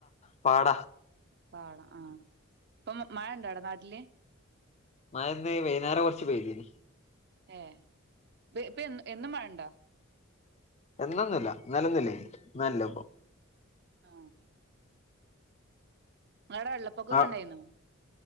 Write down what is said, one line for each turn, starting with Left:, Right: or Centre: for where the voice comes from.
Left: പാടാ
Right: പാട ആഹ ഇപ്പൊ മഴ ഉണ്ടോ അവിടെ നാട്ടില്
Left: മയ വൈകുന്നേരം കുറച്ച് ചെയ്ത്
Right: ഏ ഇ ഇപ്പൊ എ എന്നും മഴണ്ടോ
Left: എന്നന്നില്ല ഇന്നലന്നില്ല നല്ല ഇപ്പൊ
Right: ആ നിങ്ങളടെ വെള്ളപ്പൊക്കൊക്ക
Left: ആ
Right: ഉണ്ടായിരുന്നോ